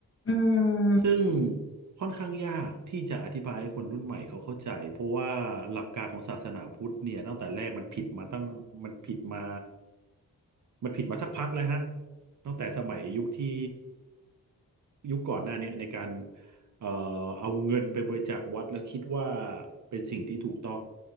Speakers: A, on the left (about 35°); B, on the right (about 50°).
A: อืม
B: ซึ่งค่อนข้างยากที่จะอธิบายให้คนรุ่นใหม่เขาเข้าใจเพราะว่าหลักการของศาสนาพุทธเนี่ยตั้งแต่แรกมันผิดมาตั้งมันผิดมามันผิดมาสักพักแล้วฮะตั้งแต่สมัยยุคที่ยุคก่อนหน้าเนี่ยในการเอ่อเอาเงินไปบริจาควัดแล้วคิดว่าเป็นสิ่งที่ถูกต้อง